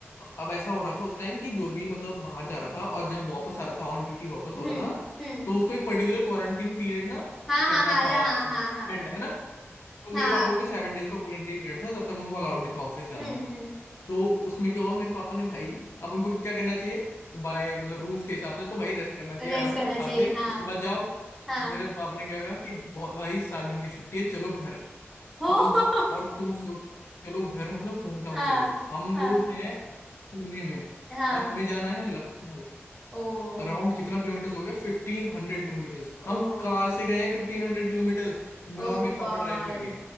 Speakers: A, on the left (about 65°); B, in the centre.
A: अब ऐसा हो रहा था उस टाइम कि जो भी मतलब बाहर जा रहा था और जब वापस आ रहा था ऑन ड्यूटी वापस हो
B: हम्म
A: रहा
B: हम्म
A: था
B: हम्म
A: तो उसको एक पर्टिकुलर क्वारंटीन पीरियड ना
B: हाँ
A: करना
B: हाँ हाँ
A: था
B: हाँ
A: मतलब
B: हाँ
A: स्पेंड
B: हाँ
A: है ना तो मेरे
B: हाँ
A: पापा
B: हाँ,
A: को भी सेवन डेज का क्वारंटीन पीरियड था तब तक उनको अलाउड नहीं था ऑफिस जाना
B: हम्म हम्म
A: तो उसमें क्या हुआ मेरे पापा ने भाई अब उनको क्या करना चाहिए बाय मतलब रूल्स के हिसाब से तो भाई रेस्ट करना चाहिए
B: रेस
A: आराम
B: करना
A: से आप सात
B: चाहिए
A: दिन
B: हाँ
A: उसके बाद जाओ
B: हाँ
A: मेरे पापा ने क्या कहा कि "ब- भाई सात दिन की छुट्टी है चलो घर
B: हो
A: हम
B: <laughs>
A: और तुम सो चलो घर मतलब होम टाउन
B: हाँ
A: चलो हम
B: हाँ
A: लोग हैं पुणे में
B: हाँ
A: और हमें जाना है लखनऊ
B: Oh
A: अराउंड कितना किलोमीटर्स हो गया फिफ्टीन हंड्रेड किलोमीटर्स
B: oh
A: हम कार से गए हैं फिफ्टीन हंड्रेड किलोमीटर्स मैं
B: oh
A: और मेरे पापा
B: god
A: ड्राइव करके